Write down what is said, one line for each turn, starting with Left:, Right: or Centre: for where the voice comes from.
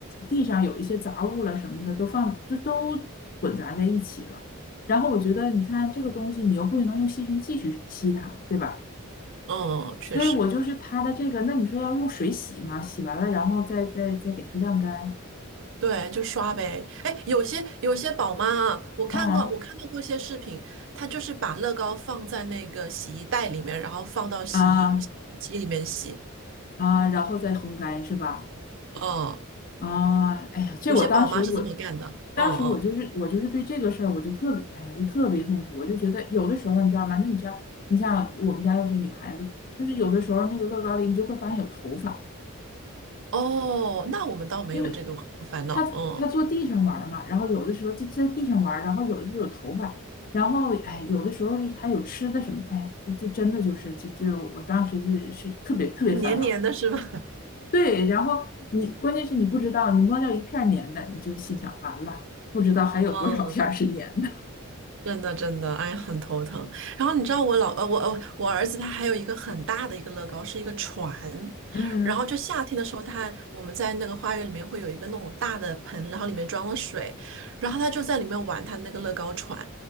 Left: 地上有一些杂物了什么的，都放就都混杂在一起了。然后我觉得，你看这个东西，你又不能用吸尘器去吸它，对吧？
Right: 嗯，
Left: 所以我就是他的这个，
Right: 确实，
Left: 那你说要用水洗嘛？洗完了，然后再再再给它晾干，
Right: 对，就刷呗。哎，有些有些宝妈啊，我看过我看到过一些视频，
Left: 嗯
Right: 她就是把乐高放在那个洗衣袋里面，然后放到洗衣洗衣机里面洗。
Left: 啊啊，然后再烘干是吧？
Right: 嗯，
Left: 啊，哎呀，这我当时我，
Right: 有些宝妈是这么干的。
Left: 当时我就是我就是对这个事儿我就特别，
Right: 嗯嗯，
Left: 哎呀，我特别痛苦，我就觉得有的时候你知道吗？那你知道，你像我们家要是女孩子，就是有的时候那个乐高里你就会发现有头发，
Right: 哦，那我们倒没有这个烦恼。
Left: 因为他他坐地上玩儿嘛，
Right: 嗯，
Left: 然后有的时候就在地上玩儿然后有的时候有头发，然后哎，有的时候就是还有吃的什么，哎呀，就就真的就是就就我当时就是是特别特别烦恼。
Right: 黏黏的是吧？
Left: 对，然后你关键是你不知道，你摸掉一片儿粘的，你就心想完了，不知道还有多少片儿是粘的。
Right: <laughs> 嗯。真的真的，哎，很头疼。然后你知道我老呃，我呃我儿子他还有一个很大的一个乐高，是一个船。
Left: 嗯，
Right: 然后就夏天的时候他，我们在那个花园里面会有一个那种大的盆，然后里面装了水，然后他就在里面玩他那个乐高船，